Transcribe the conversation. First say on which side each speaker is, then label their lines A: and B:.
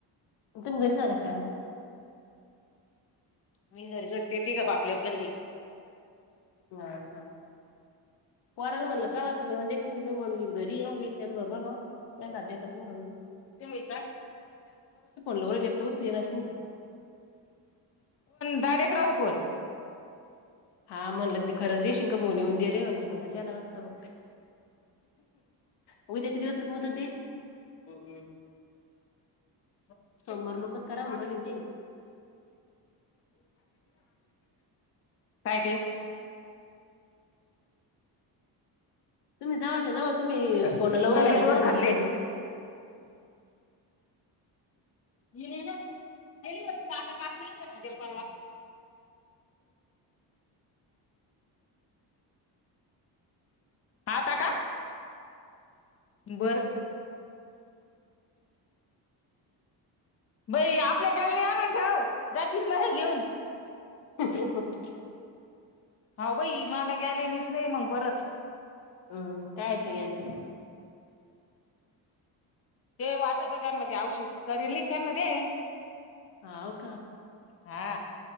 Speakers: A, on the left (about 70°); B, on the left (about 35°).
A: तुम्ही घरीच होत्या का काय?
B: मी झर झतते ती का बापल्याबद्दल गेलती.
A: ब. पारय म्हण ल कावा म्ह म दरी मी से म अ्या त कून
B: ते
A: लावू राहिली एक तर उचलीनाच नाही.
B: डायरेक्ट रात फोण
A: हा म्हणलं खरंच दे शिंक बोवणी येऊन दे रे म्हणल बघ त्याला वागतं. उद्याचे दिवसच म तर
B: हो. <unintelligible>
A: सोमवार
B: का
A: लोकच करा म्हणून राहिले ना ते.
B: काय ते
A: तुम्ही जवळच्या जवळ तुम्ही
B: अ
A: फोन लावू
B: मी
A: राहिल्या
B: आभी
A: का
B: दोन
A: तिथल्या
B: खाल्ले.
A: तिथं बी. <unintelligible>
B: येन ना. ह होता काल परवा
A: <unintelligible>
B: हता का बरं. बई आपल्या गाली आणून ठेव जातील बाहे घेऊन
A: <unintelligible>
B: हा भाई मला गेलेनेच नाही मंग परत
A: हम्म कायच या च
B: ते वाटत त्यांना ते औशीत करील नाही त्यांना दे.
A: ह होव का?
B: हा.